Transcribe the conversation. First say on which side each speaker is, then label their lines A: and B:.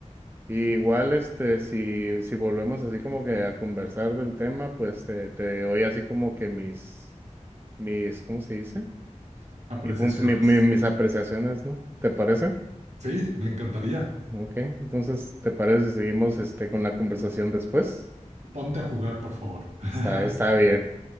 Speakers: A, on the right (about 20°); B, on the right (about 65°).
A: Y igual, este, si, si volvemos así como que a conversar del tema, pues te, te doy así como que mis, mis, ¿cómo se dice?
B: Apreciaciones.
A: Mi punto, mi- mi- mis apreciaciones, ¿no? ¿Te parece?
B: Sí, me encantaría.
A: Ok, entonces, ¿te parece si seguimos este, con la conversación después?
B: Ponte a jugar, por favor. <laughs>
A: Está, está bien.